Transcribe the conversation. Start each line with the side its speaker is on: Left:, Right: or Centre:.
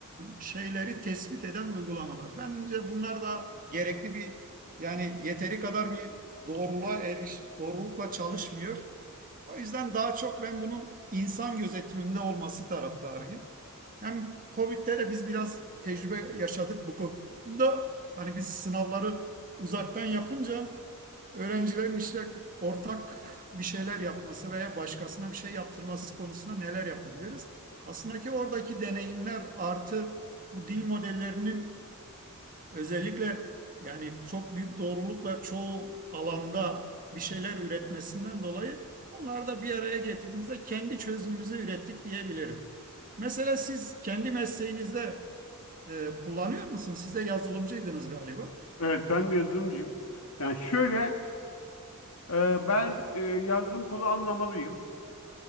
Right: şeyleri tespit eden uygulamalar. Bence bunlar da gerekli bir yani yeteri kadar bir doğruluğa eriş, doğrulukla çalışmıyor. O yüzden daha çok ben bunun insan gözetiminde olması taraftarıyım. Hem Covid'de de biz biraz tecrübe yaşadık bu konuda. Hani biz sınavları uzaktan yapınca öğrencilerin işte ortak bir şeyler yapması veya başkasına bir şey yaptırması konusunda neler yapabiliriz? Aslında ki oradaki deneyimler artı bu dil modellerinin Özellikle yani çok büyük doğrulukla çoğu alanda bir şeyler üretmesinden dolayı onları da bir araya getirdiğimizde kendi çözümümüzü ürettik diyebilirim. Mesela siz kendi mesleğinizde e, kullanıyor musunuz? Siz de yazılımcıydınız galiba.
Left: evet ben de yazılımcıyım. Yani şöyle e, ben e, yazdığım kodu anlamalıyım.